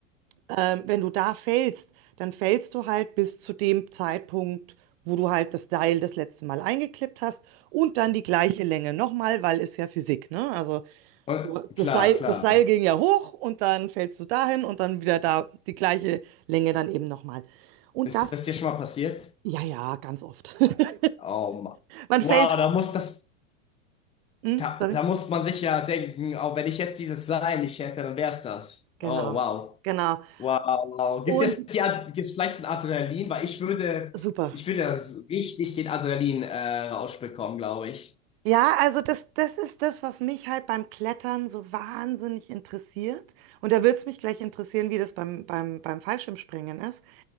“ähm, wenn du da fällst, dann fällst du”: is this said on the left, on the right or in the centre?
Right